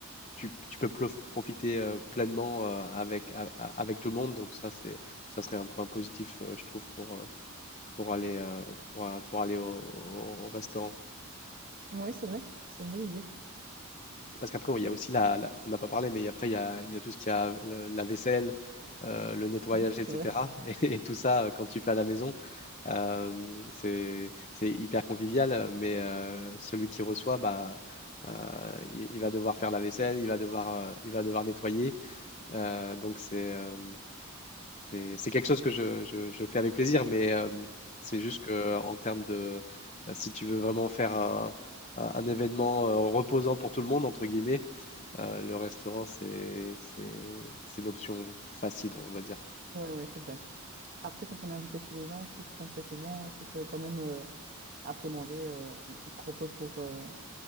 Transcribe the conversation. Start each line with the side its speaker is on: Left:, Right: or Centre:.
Left: tu, tu peux plof- profiter euh, pleinement euh, avec, a- a- avec tout le monde. Donc ça, c'est, ça serait un point positif, euh, je trouve, pour, euh, pour aller, euh, pour, euh, pour aller au au- au restaurant.
Right: oui, c'est vrai, c'est une bonne idée.
Left: Parce qu'après, oui, il
Right: Oui,
Left: y a aussi la, la- on n'a pas parlé, mais après, il y a, il y a tout ce qu'il y a, le- la vaisselle, euh, le nettoyage,
Right: Oui,
Left: etc.
Right: c'est vrai.
Left: <laughs> Et, et tout ça, euh, quand tu fais à la maison, euh, c'est, c'est hyper convivial, euh, mais euh, celui qui reçoit, bah, euh, il, il va devoir faire la vaisselle, il va devoir, euh, il va devoir nettoyer. Euh, donc, c'est, euh, c'est, c'est quelque chose que je, je- je fais avec plaisir, mais euh, c'est juste que en termes de, euh, si tu veux vraiment faire un un- un événement euh, reposant pour tout le monde, entre guillemets, euh, le restaurant, c'est, c'est, c'est l'option facile, on va dire.
Right: Oui, oui, c'est vrai. Après, quand on est invité chez les gens, aussi, ce qu'on fait souvent, euh, c'est que quand même, euh, après manger, euh, on, on se propose pour, euh,